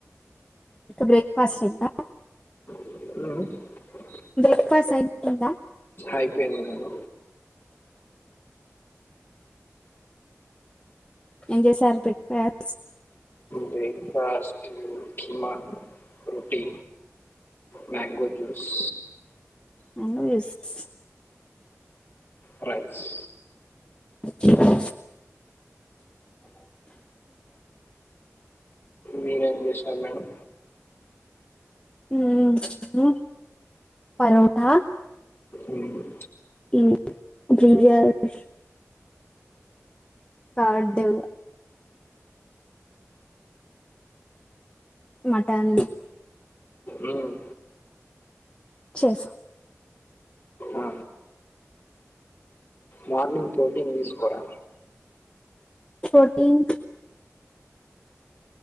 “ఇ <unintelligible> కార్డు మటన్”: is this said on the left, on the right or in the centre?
Left